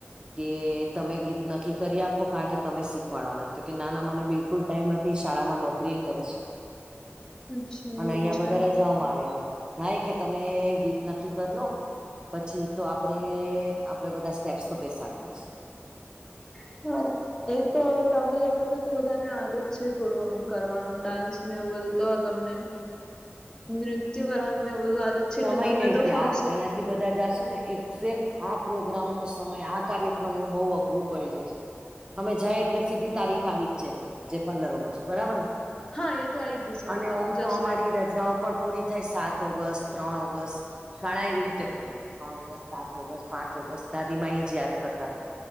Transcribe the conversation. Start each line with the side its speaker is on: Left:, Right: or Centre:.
Right: કે તમે ગીત નક્કી કરી આપો કારણ કે તમે શીખવાડવાના. તો કે નાના મને બિલકુલ ટાઈમ નથી શાળામાં નોકરી એ કરે છે.
Left: અચ્છા એવું
Right: અને અહંયા
Left: છે
Right: <unintelligible> જમાં આવ્યા. નાઈ કે તમે ગીત નક્કી કર લો પછી તો આપડે આપડે બધા સ્ટેપ્સ તો બેસાડી દેસું.
Left: <inaudible> એ તો તમે લોકોને તો બધાને આદ જ છે થોડું આમ કરવાનું ડાન્સ ને એવું બધું તો તમને નૃત્ય કરવાનું ને એવું બધુ આદત છે
Right: સમય
Left: એટલે તમને
Right: નહ
Left: તો
Right: થી
Left: ફાવશે
Right: આ અહિયાં થી બધા જાશુ ને એકસેેપ આ પ્રોગ્રામ નો સમય આ કાર્યક્રમ નું બહ અઘરું પડી જાય. અમે જાય એટલે સીધી તારીખ આવી જ જાય છે જે પંદર ઓગસ્ટ બરાબર ને.
Left: હા એ તો આઈ જ જશે હવે
Right: અને
Left: તમે
Right: ઓમ
Left: જશો
Right: તો અમારી
Left: એટલે
Right: રજાઓ પણ પૂરી થાય સાત ઓગસ્ટ. ત્રણ ઓગસ્ટ શાળા એવી રીતે ખોલે ત્રણ ઓગસ્ટ સાત ઓગસ્ટ પાંચ ઓગસ્ટ દાદી મા એ જ યાદ કરતા હતા.